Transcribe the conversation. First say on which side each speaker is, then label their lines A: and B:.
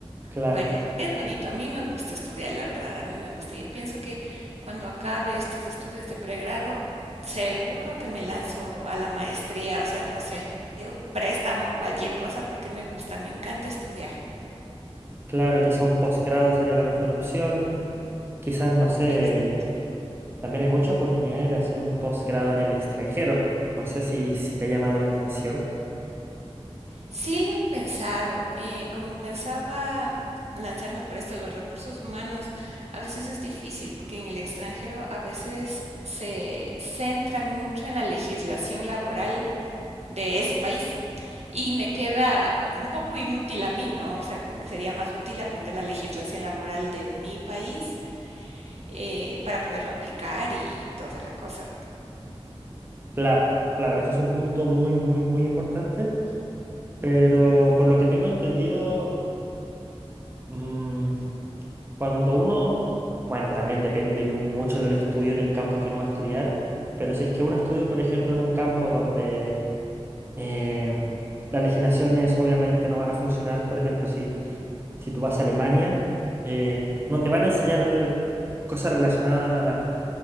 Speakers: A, on the right (about 20°); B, on the right (about 85°).
A: Claro.
B: Bueno, es bonito. A mí me gusta estudiar, la verdad, a mí me gusta. Yo pienso que cuando acabe estos estudios de pregrado, seguro que me lanzo a la maestría, o sea, no sé, pido un préstamo o cualquier cosa porque me gusta, me encanta estudiar.
A: Claro, quizá un posgrado sería la mejor opción. Quizás, no sé,
B: Exacto.
A: también hay muchas oportunidades de hacer un posgrado en el extranjero. No sé si, si te ha llamado la atención.
B: Sí lo he pensado, eh, como pensaba lanzarme por esto de los recursos humanos, a veces es difícil porque en el extranjero a veces se centran mucho en la legislación laboral de ese país. Y me queda un poco inútil a mí, ¿no? O sea, como que sería más útil aprender la legislación laboral de mi país eh, para poderlo aplicar y toda la cosa.
A: Claro, claro, eso es un punto muy, muy, muy importante. Pero por lo que tengo entendido, mm, cuando uno, bueno, también depende mucho de los estudios del campo que uno va a estudiar, pero si es que uno estudia, por ejemplo, en un campo donde em, las legislaciones obviamente no van a funcionar, por ejemplo, si Si tú vas a Alemania, eh, no te van a enseñar cosas relacionadas a la,